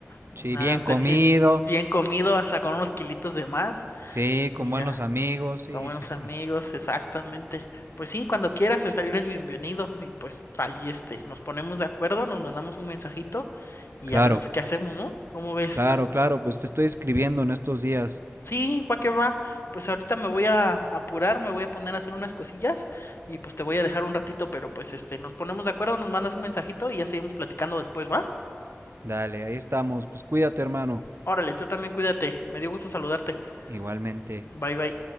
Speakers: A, on the left; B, on the right.
A: O
B: Sí,
A: sea,
B: bien comido,
A: te sientes bien comido, hasta con unos kilitos de más.
B: sí,
A: Y
B: con buenos
A: ya,
B: amigos, sí,
A: con buenos
B: sí, sí.
A: amigos, exactamente. Pues sí, cuando quieras estar, eres bienvenido. Y pues ahí este, nos ponemos de acuerdo, nos mandamos un mensajito y
B: Claro,
A: ya vemos qué hacemos, ¿no? ¿Cómo ves?
B: claro, claro, pues te estoy escribiendo en estos días.
A: Sí, va que va. Pues ahorita me voy a apurar, me voy a poner a hacer unas cosillas y pues te voy a dejar un ratito, pero pues este, nos ponemos de acuerdo, nos mandas un mensajito y ya seguimos platicando después, ¿va?
B: Dale, ahí estamos. Pues cuídate, hermano.
A: Órale, tú también cuídate. Me dio gusto saludarte.
B: Igualmente.
A: Bye bye.